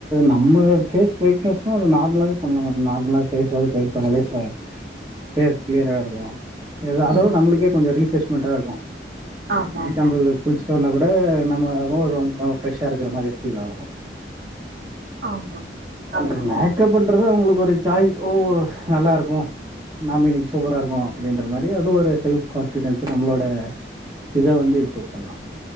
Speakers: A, on the right (about 25°); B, on the right (about 70°).
A: நம்ம ஃபேஸ் பிரைட்னஸ்னா அது நார்மலாவே பண்லாமே நார்மலா ஃபேஸ்வல் பிரைட் பண்ணாலே ச ஃபேஸ் கிளீயரா இருக்கு இது அதாவது
B: ஆ ம்
A: நம்மளுக்கே கொஞ்சோ ரீஃப்ரெஷ்மெண்டா இருக்கு
B: ஆமா
A: எக்ஸ்ஸாம்பில்
B: ஆமா
A: குளிச்சிட்டு வந்தா கூட நம்ப முகம் ரொம்ப ஃப்ரெஷ்ஷா இருக்கற மாரி ஃபீல் ஆகு
B: ஆமா ஆமா
A: அந்த
B: அதனால
A: மேக்கப்
B: மு
A: பண்றது அவங்களுக்கு ஒரு சாய்ஸ் ஓ நல்லா இருக்கு நாம இன்னிக்கு சூப்பரா இருக்கோ, அப்டின்ற மாரி அது ஒரு செல்ஃப் கான்பிடென்ஸ் நம்ளோட இத வந்து இம்ரூவ் பண்லாம்